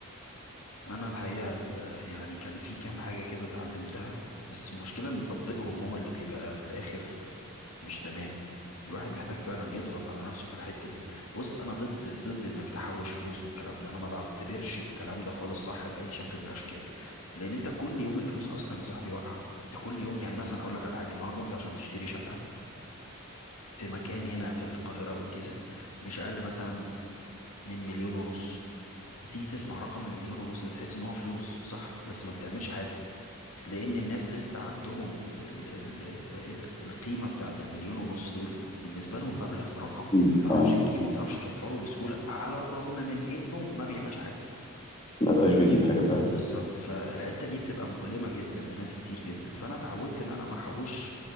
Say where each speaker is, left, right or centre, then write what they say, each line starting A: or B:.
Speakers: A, on the left; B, on the left.
A: انا الحقيقه ال- يعني كان في كام حاجه كده اتعلمتها بس المشكله ان تطبيقهم هو اللي بيبقى في الاخر مش تمام الواحد محتاج فعلا يضغط على نفسه في الحته دي بص انا ضد ضد انك تحوش فلوس والكلام ده انا ما بعتبرش الكلام ده خالص صح باي شكل من الاشكال لان انت كل يوم الفلوس اصلا يا صاحبي واقعه انت كل يوم يعني مثلا اقول لك على حاجه النهارده انت عشان تشتري شقه في مكان هنا في القاهره والجيزه مش اقل مثلا من مليون ونص تيجي تسمع رقم المليون ونص ده تحس ان هو فلوس صح بس ما بتعملش حاجة لان الناس لسه عندهم ال ال ال ال القيمة بتاعت المليون ونص دول بالنسبة لهم مبلغ رقم
B: م.
A: ما تعرفش
B: اه
A: تجيبه وما تعرفش توفره بسهولة على الرغم من انه ما بيعملش حاجة
B: ما بقاش بيجيب حاجه فعلا
A: بالظبط فالحتة دي بتبقى مؤلمة جدا لناس كتير جدا فانا اتعودت ان انا ما احوش